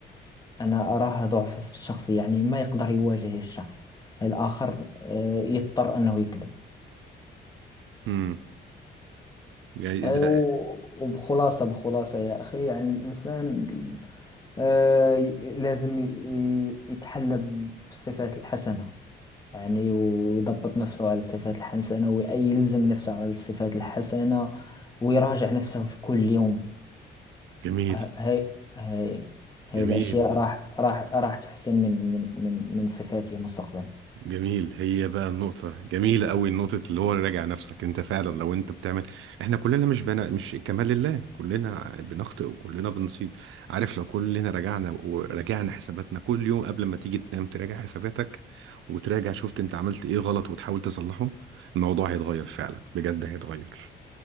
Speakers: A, on the left (about 20°); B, on the right (about 85°).
A: أنا أراها ضعف الشخص يعني ما يقدر يواجه الشخص الآخر آه، يضطر أنه يكذب
B: امم يعني
A: آه،
B: ده
A: و- وبخلاصة بخلاصة يا أخي يعني الإنسان آه، لازم ي- يتحلى بالصفات الحسنة يعني ويضبط نفسه على الصفات الحسنة ويلزم نفسه على الصفات الحسنة ويراجع نفسه في كل يوم
B: جميل
A: ه- هاي هاي هاي
B: جميل
A: الأشياء راح راح راح تحسن من من من من صفاته مستقبلا
B: جميل هي بقى النقطة جميلة قوي نقطة اللي هو راجع نفسك انت فعلا لو انت بتعمل احنا كلنا مش بنا مش كمال لله كلنا بنخطئ وكلنا بنصيب عارف لو كلنا رجعنا وراجعنا حساباتنا كل يوم قبل ما تيجي تنام تراجع حساباتك وتراجع شفت انت عملت ايه غلط وتحاول تصلحه الموضوع هيتغير فعلا بجد هيتغير